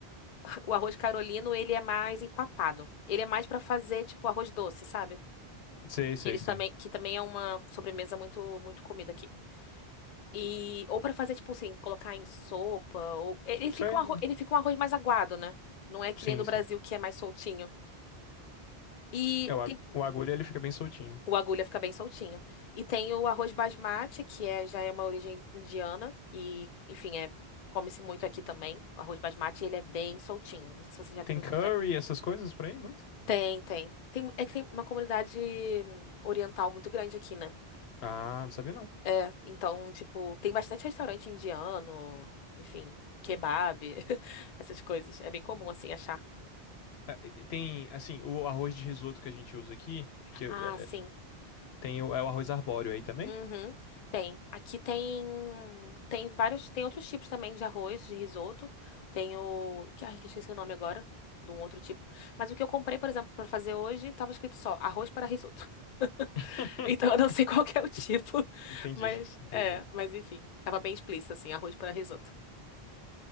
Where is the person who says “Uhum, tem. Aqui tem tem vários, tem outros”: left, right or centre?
Left